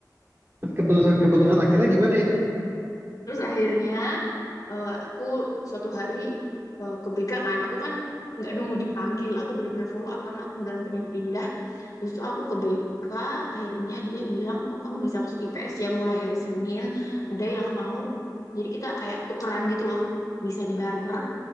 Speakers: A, on the right; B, on the left.
A: Terus keputusan-keputusan akhirnya gimana itu?
B: Terus akhirnya eh, aku suatu hari ke, ke BK kan, aku kan nggak nunggu dipanggil, aku bener-bener follow up karena aku beneran pengen pindah Terus tuh aku ke BK, akhirnya dia bilang, oh kamu bisa masuk IPS ya mulai hari Senin, udah yang mau. Jadi kita kayak tukeran gitu loh, bisa dibarter.